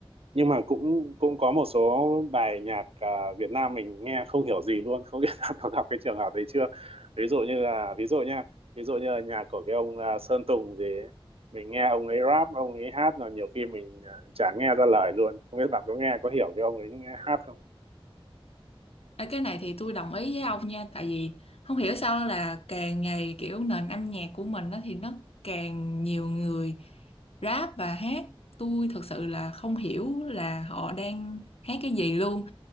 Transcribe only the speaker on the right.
nhưng mà cũng cũng có một số bài nhạc à, Việt Nam mình nghe không hiểu gì luôn không biết đã <laughs> có gặp cái trường hợp đấy chưa ví dụ như là ví dụ nha ví dụ như là nhạc của cái ông à, Sơn Tùng gì ấy. mình nghe ông ấy rap ông ấy hát là nhiều khi mình à, chả nghe ra lời luôn không biết bạn có nghe có hiểu cái ông ấy hát không